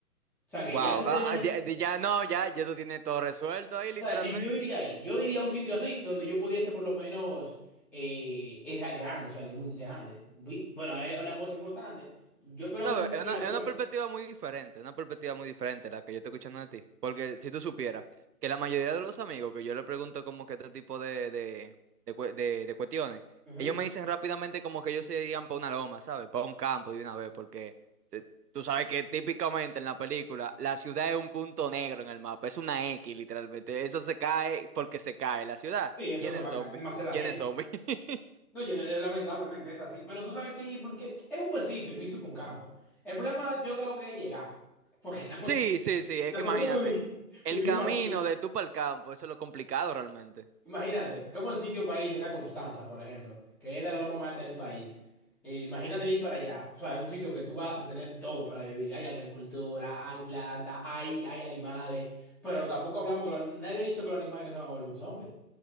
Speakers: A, in the centre; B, on the right.
A: O sea, que
B: Wow,
A: ya tú te imaginas.
B: ya, no, ya, ya tú tienes todo resuelto ahí,
A: O
B: literalmente.
A: sea, yo, yo iría ahí. Yo iría a un sitio así donde yo pudiese, por lo menos, eh, es grande, o sea, que es muy grande. Vi- Bueno, hay una cosa importante. Yo espero
B: ¿Sabes?
A: que eso
B: Es una,
A: lo
B: es
A: corran.
B: una perspectiva muy diferente, una perspectiva muy diferente la que yo estoy escuchando de ti. Porque si tú supieras que la mayoría de los amigos que yo le pregunto como que este tipo de, de, de, cue- de- de cuestiones,
A: Ujú.
B: ellos me dicen rápidamente como que ellos se irían para una loma, ¿sabes? Para un campo de una vez, porque te- tú sabes que típicamente en la película la ciudad es un punto negro en el mapa, es una X literalmente. Eso se cae porque se cae. La ciudad,
A: Sí, eso
B: ¿quién
A: se
B: es
A: va a
B: zombie?
A: caer. Demasiada
B: ¿Quién
A: gente.
B: es zombie? <laughs>
A: No, yo no- eh, lamentablemente es así. Pero tú sabes que, porque es un buen sitio, el Guisupa un campo. El problema yo creo que es llegar. Porque <laughs> estamos,
B: Sí, sí, sí, es
A: Nosotros
B: que imagínate,
A: vivi-
B: el
A: vivimos
B: camino
A: aquí.
B: de tú para el campo, eso es lo complicado realmente.
A: Imagínate, como en sitio país era Constanza, por ejemplo, que es de la loma más alta del país. E imagínate ir para allá. O sea, es un sitio que tú vas a tener todo para vivir. Hay agricultura, hay plantas, hay, hay animales. Pero tampoco hablamos que los- nadie ha dicho que los animales no se van a volver un zombie.